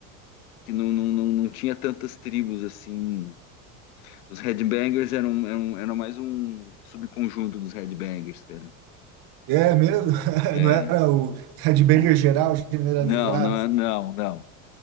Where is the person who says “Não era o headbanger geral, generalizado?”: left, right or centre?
Right